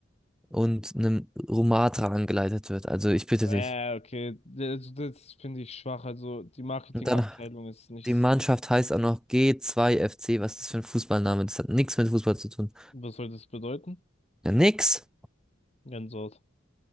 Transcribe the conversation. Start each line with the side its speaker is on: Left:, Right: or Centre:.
Centre: und einem Rumatra angeleitet wird? Also ich bitte
Left: Ja,
Centre: dich.
Left: okay, Ja, das, das finde ich schwach. Also die Marketingabteilung
Centre: Und Ja. dann,
Left: ist nichts.
Centre: die Mannschaft heißt auch noch G2FC. Was ist das für ein Fußballname? Das hat nichts mit Fußball zu tun.
Left: Was soll das bedeuten?
Centre: Ja, nix.
Left: Gänsehaut.